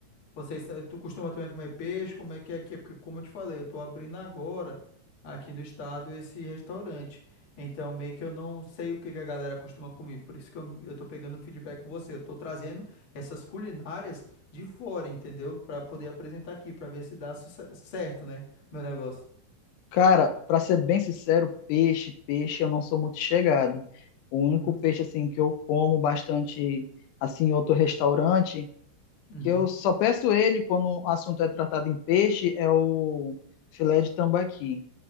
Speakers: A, on the left; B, on the left.
A: vocês, tu costuma também comer peixe? Como é que é aqui? É Porque, como eu te falei, eu tô abrindo agora aqui no estado esse restaurante. Então, meio que eu não sei o que que a galera costuma comer. Por isso que eu, eu tô pegando feedback com você. Eu tô trazendo essas culinárias de fora, entendeu? Pra poder apresentar aqui, pra ver se dá suce- certo, né? Meu negócio.
B: Cara, pra ser bem sincero, peixe, peixe eu não sou muito chegado. O único
A: Uhum,
B: peixe assim que eu como bastante assim em outro restaurante,
A: uhum,
B: que eu só peço ele quando o assunto é tratado em peixe, é o filé de tambaqui.